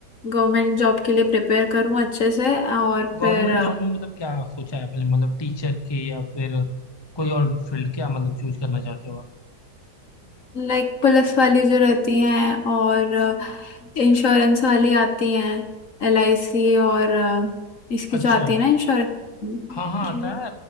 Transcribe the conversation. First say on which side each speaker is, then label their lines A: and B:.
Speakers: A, on the left; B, on the left.
A: गवर्नमेंट जॉब के लिए प्रिपेयर करूं अच्छे से और
B: तो गवर्नमेंट
A: फिर
B: जॉब में मतलब क्या सोचा है आपने मतलब टीचर के या फिर कोई और फील्ड क्या मतलब चूज करना चाहते हो आप
A: लाइक पुलिस वाली जो रहती हैं और इंश्योरेंस वाली आती हैं एलआईसी और अ, इसकी
B: अच्छा
A: जो आती है ना इंश्योरेंस
B: हाँ हाँ आता है